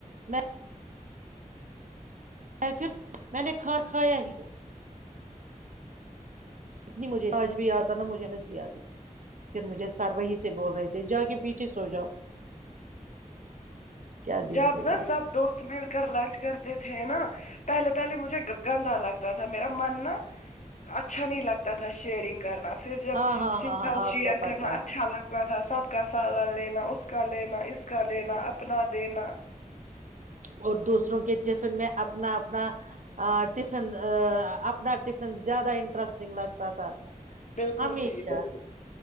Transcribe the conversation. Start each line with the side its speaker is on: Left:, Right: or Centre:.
Right: میں پھر میں نے کھانا کھایا ہی تو اتنی مجھے آج بھی آتا نا مجھے ہنسی آتی تھی پھر مجھے سر وہی سے بول رہے تھے جا کے پیچھے سو جاؤ کیا
Left: جب
Right: دن تھے
Left: ن
Right: وہ
Left: سب دوست مل کر لنچ کر تھے نا پہلے پہلی مجھے گندا لگتا تھا میرا من ن اچھا نہیں لگتا تھا شیئرنگ کرنا پھر جب
Right: ہاں ہاں
Left: سیکھا
Right: ہاں ہاں
Left: شیئر
Right: آپ کا
Left: کرنا
Right: پتہ
Left: اچھا
Right: ہے
Left: لگتا تھا سب کا سال لینا اس کا لینا اس کا لینا اپنا دینا
Right: اور دوسروں کے ٹفن میں اپنا اپنا ٹفن اپنا ٹفن زیادہ انٹرسٹنگ لگتا تھا
Left: بالکل
Right: ہمیشہ
Left: صحی بالکل